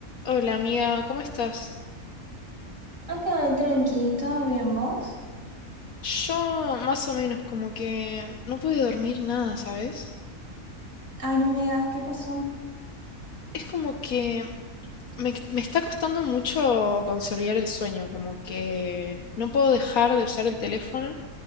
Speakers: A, on the left; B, on the right.
A: Hola amiga, ¿cómo estás?
B: Acá, tranqui, ¿todo bien vos?
A: Yo más o menos como que no pude dormir nada, ¿sabes?
B: Ay, no me digas, ¿qué pasó?
A: Es como que me, me está costando mucho consolidar el sueño, como que no puedo dejar de usar el teléfono